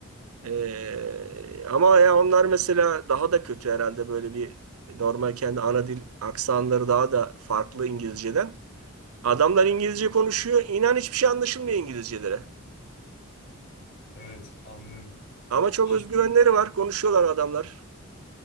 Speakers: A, on the right (about 80°); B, on the left (about 50°).
A: E, ama ya onlar mesela daha da kötü herhalde böyle bir normal kendi ana dil aksanları daha da farklı İngilizceden. Adamlar İngilizce konuşuyor. İnan hiçbir şey anlaşılmıyor İngilizcelere.
B: Evet, anlıyorum.
A: Ama çok
B: Şimdi
A: özgüvenleri var. Konuşuyorlar adamlar.